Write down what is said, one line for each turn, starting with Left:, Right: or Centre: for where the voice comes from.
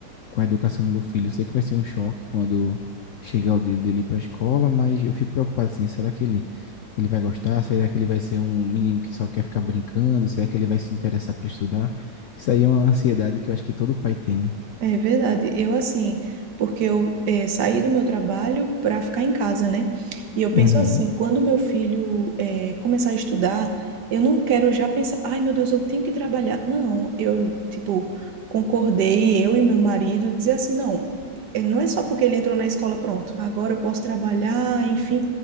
Left: com a educação do meu filho. Eu sei que vai ser um choque quando chegar o dia dele para a escola, mas eu fico preocupado assim, será que ele ele vai gostar? Será que ele vai ser um menino que só quer ficar brincando? Será que ele vai se interessar para estudar? Isso aí é uma ansiedade que eu acho que todo pai tem, né?
Right: É verdade. Eu, assim, porque eu eh, saí do meu trabalho para ficar em casa, né? E eu penso
Left: Uhum.
Right: assim, quando meu filho eh, começar a estudar, eu não quero já pensar, ai meu Deus, eu tenho que trabalhar. Não, eu, tipo, concordei, eu e meu marido, dizer assim, não, eh, não é só porque ele entrou na escola, pronto, agora eu posso trabalhar, enfim.